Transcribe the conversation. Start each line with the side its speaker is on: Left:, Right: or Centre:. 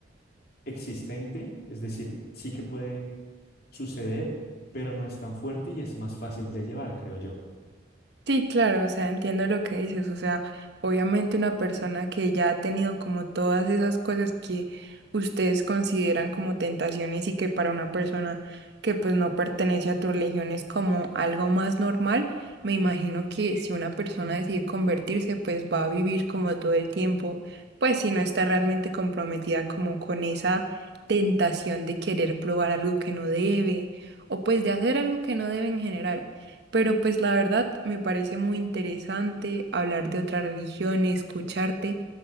Left: existente, es decir, sí que puede suceder, pero no es tan fuerte y es más fácil de llevar, creo yo.
Right: Sí, claro, o sea, entiendo lo que dices, o sea, obviamente una persona que ya ha tenido como todas esas cosas que ustedes consideran como tentaciones y que para una persona que pues no pertenece a tu religión es como algo más normal, me imagino que si una persona decide convertirse, pues va a vivir como todo el tiempo, pues si no está realmente comprometida como con esa tentación de querer probar algo que no debe o pues de hacer algo que no debe en general. Pero pues la verdad me parece muy interesante hablar de otra religión, escucharte